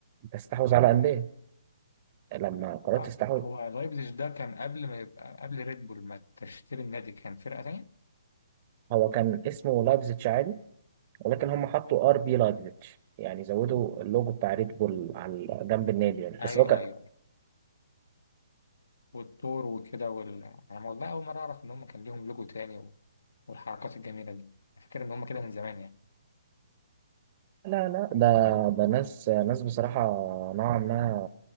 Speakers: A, on the right; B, on the left.
A: تستحوذ على انديه لما قررت
B: آه،
A: تستحوذ
B: هو لايبزيج ده كان قبل ما يبقى قبل ريد بول ما تشتري النادي كان فرقه تانية
A: هو كان اسمه لايبزيتش عادي ولكن هم حطوا ار بي لايبزيتش يعني زودوا اللوجو بتاع ريد بول على جنب النادي يعني
B: ايوه
A: بس هو كان
B: ايوه والطور وكده وال... انا والله اول مره اعرف ان هم كان ليهم لوجو تاني و... والحركات الجميله دي أنا فاكر ان هم كده من زمان يعني
A: لا لا ده ده ناس ناس بصراحه نوعا ما